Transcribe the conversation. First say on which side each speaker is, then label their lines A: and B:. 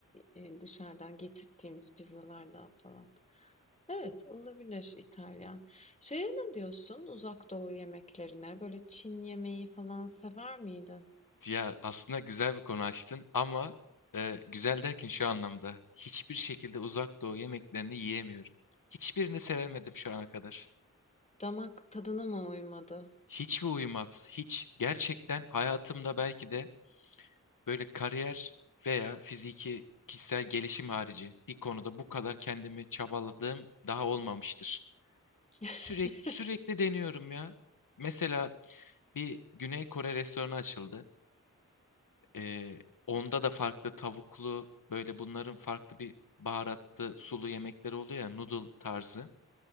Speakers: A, on the left; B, on the left.
A: e, dışarıdan getirdiğimiz pizzalardan falan. Evet, olabilir İtalyan. Şeye ne diyorsun Uzak Doğu yemeklerine? Böyle Çin yemeği falan sever miydin?
B: Ya aslında güzel bir konu açtın ama e, güzel derken şu anlamda hiçbir şekilde Uzak Doğu yemeklerini yiyemiyorum. Hiçbirini sevemedim şu ana kadar.
A: Damak tadına mı uymadı?
B: Hiç mi uyumaz? Hiç. Gerçekten hayatımda belki de böyle kariyer veya fiziki kişisel gelişim harici bir konuda bu kadar kendimi çabaladığım daha olmamıştır.
A: <laughs>
B: Sürekli sürekli deniyorum ya. Mesela bir Güney Kore restoranı açıldı. Ee, onda da farklı tavuklu böyle bunların farklı bir baharatlı sulu yemekleri oluyor ya noodle tarzı.